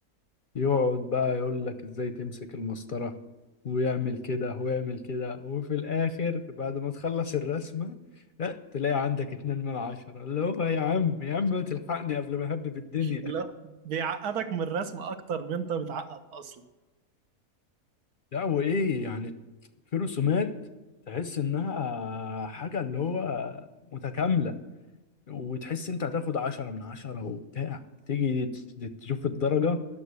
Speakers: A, on the left (about 50°); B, on the right (about 80°).
A: يقعد بقى يقول لك ازاي تمسك المسطرة ويعمل كده ويعمل كده وفي الاخر بعد ما تخلص الرسمة لا تلاقي عندك اتنين من عشرة اللي هو يا عم يا عم ما تلحقني قبل ما اهبب الدنيا
B: لا بيعقدك من الرسم أكتر من انت متعقد أصلا
A: لا وايه يعني في رسومات تحس انها حاجة اللي هو متكاملة وتحس انت هتاخد عشرة من عشرة وبتاع تيجي ت- تشوف الدرجة